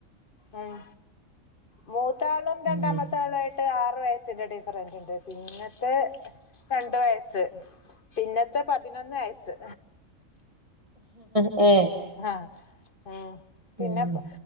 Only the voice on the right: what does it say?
ഉം
ഏ
ഉം